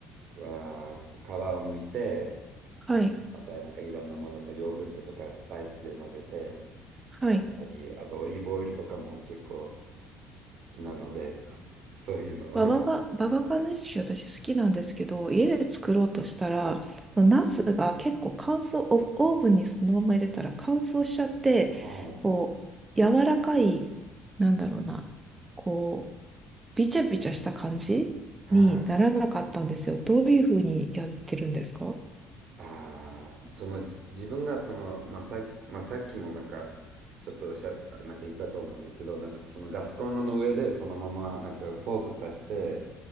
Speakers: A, on the right; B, on the right.
A: あー皮を剥いて、
B: はい、
A: またなんかいろんなものとヨーグルトとかスパイスで混ぜて、
B: はい。
A: 食べたり、あとオリーブオイルとかも結構好きなので、<laughs> そういうのを。
B: ババが、ババガネッシュ私好きなんですけど、家で作ろうとしたら、そのナスが結構乾燥、オオーブンにそのまま入れたら乾燥しちゃって、
A: は
B: こう、柔らかい、なんだろうな、こう、びちゃびちゃした感じにならなかったんですよ。
A: い。はい。
B: どういうふうにやってるんですか
A: ああ、そのじ、自分がその、まあ、さ、まあ、さっきもなんか、ちょっとしゃ、なんか言ったと思うんですけど、なんかそのガスコンロの上でそのままなんかフォーク刺して、